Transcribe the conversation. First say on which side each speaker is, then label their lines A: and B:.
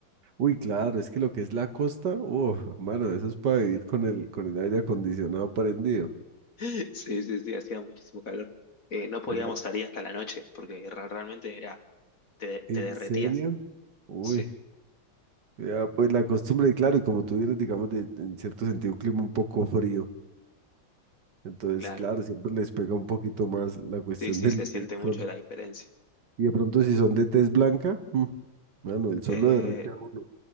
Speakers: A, on the right; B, on the left.
A: Uy, claro, es que lo que es la costa, oh, mano, eso es para vivir con el, con el aire acondicionado prendido.
B: <laughs> sí, sí, sí, hacía muchísimo calor. Eh, no podíamos
A: Allá,
B: salir hasta la noche, porque ra- realmente era, te, te
A: ¿en
B: derretías.
A: serio? Uy,
B: Sí,
A: ya, pues la costumbre, y claro, y como tú vienes, digamos, de, en cierto sentido, un clima un poco frío, entonces,
B: claro.
A: claro, siempre les pega un poquito más la cuestión
B: Sí, sí,
A: <laughs> del,
B: se siente
A: del
B: mucho
A: sol.
B: la diferencia.
A: Y de pronto, si son de tez blanca, mm, mano, el sol
B: Eh,
A: lo derrite a uno.